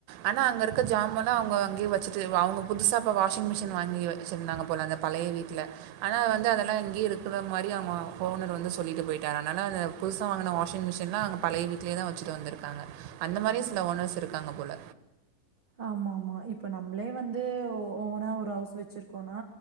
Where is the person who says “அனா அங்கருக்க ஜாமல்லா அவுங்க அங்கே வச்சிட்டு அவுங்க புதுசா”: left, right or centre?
Right